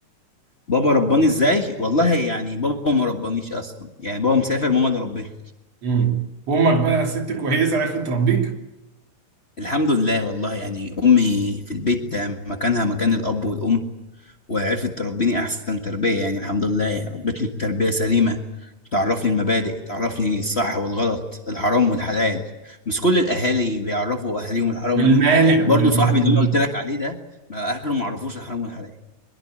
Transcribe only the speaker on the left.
بابا رباني ازاي والله يعني بابا ما ربانيش اصلا يعني بابا مسافر ماما اللي ربتني
الحمد لله والله يعني أمي في البيت مكانها مكان الأب والأم وعرفت تربيني أحسن تربية يعني الحمد لله يعني ربتني تربية سليمة تعرفني المبادئ تعرفني الصح والغلط الحرام والحلال مش كل الأهالي بيعرفوا أهاليهم الحرام
والحلال برضو
صاحبي
اللي أنا قلت لك عليه ده ما أهله ما عرفوش الحرام والحلال